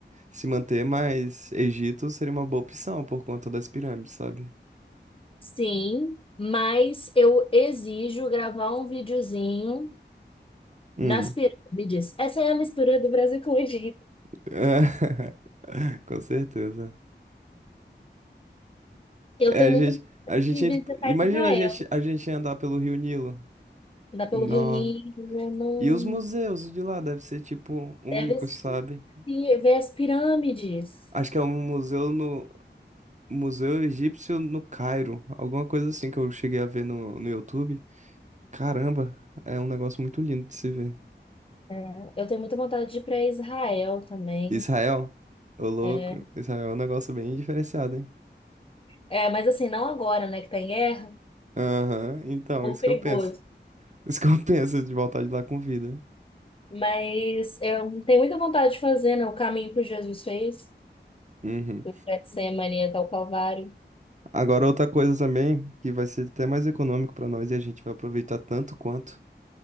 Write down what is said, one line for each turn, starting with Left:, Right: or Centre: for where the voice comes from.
Right: se manter, mas Egito seria uma boa opção por conta das pirâmides, sabe?
Left: Sim, mas eu exijo gravar um videozinho
Right: Hum.
Left: nas pirâmides. Essa é a mistura do Brasil com o Egito.
Right: <laughs> Com certeza.
Left: Eu
Right: É,
Left: tenho
Right: a
Left: muito
Right: gente,
Left: vontade
Right: a gente,
Left: de visitar
Right: imagina
Left: Israel.
Right: a gente, a gente andar pelo Rio Nilo.
Left: Dá pelo
Right: Nossa.
Left: Rio Nilo, não...
Right: E os museus de lá devem ser, tipo, únicos,
Left: deve ser-
Right: sabe?
Left: e ver as pirâmides.
Right: Acho que é um museu no, Museu Egípcio no Cairo, alguma coisa assim que eu cheguei a ver no, no YouTube. Caramba, é um negócio muito lindo de se ver.
Left: É, eu tenho muita vontade de ir para Israel também.
Right: Israel, ô louco,
Left: É,
Right: Israel é um negócio bem diferenciado, hein?
Left: É, mas assim, não agora, né, que tá em guerra, um
Right: Aham, então,
Left: pouco
Right: isso
Left: perigoso.
Right: que eu penso. <laughs> Isso que eu <laughs> penso de voltar de lá com vida.
Left: Mas eu tenho muita vontade de fazer, né, o caminho que o Jesus fez,
Right: Uhum.
Left: do Getsemane até o Calvário.
Right: Agora, outra coisa também, que vai ser até mais econômico pra nós e a gente vai aproveitar tanto quanto,